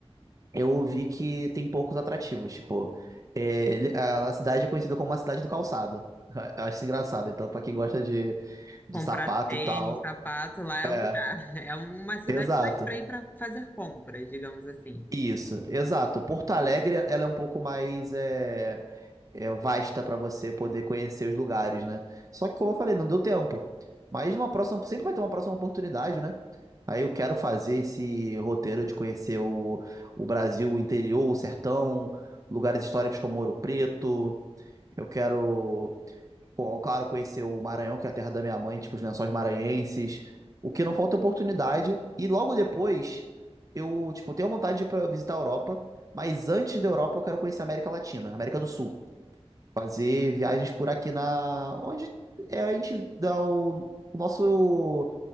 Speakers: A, on the right (about 30°); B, on the left (about 15°).
A: eu ouvi que tem poucos atrativos. Tipo, é, ele- a, a cidade é conhecida como a cidade do calçado. <laughs> Eu acho isso engraçado. Então, pra quem gosta de, de
B: Comprar
A: sapato
B: tênis,
A: e tal.
B: sapato, lá é
A: É,
B: o lugar. <laughs> É uma cidade
A: exato.
B: mais pra ir pra fazer compras, digamos assim.
A: Isso, exato. Porto Alegre, ela é um pouco mais. É, é, vasta para você poder conhecer os lugares, né? Só que, como eu falei, não deu tempo. Mas numa próxima, sempre vai ter uma próxima oportunidade, né? Aí eu quero fazer esse roteiro de conhecer o, o Brasil, o interior, o sertão, lugares históricos como Ouro Preto. Eu quero, co- claro, conhecer o Maranhão, que é a terra da minha mãe, tipo os Lençóis Maranhenses. O que não falta é oportunidade. E logo depois, eu, tipo, tenho vontade de ir pra visitar a Europa. Mas antes da Europa, eu quero conhecer a América Latina, América do Sul. Fazer viagens por aqui na. Onde é a gente dá o, o nosso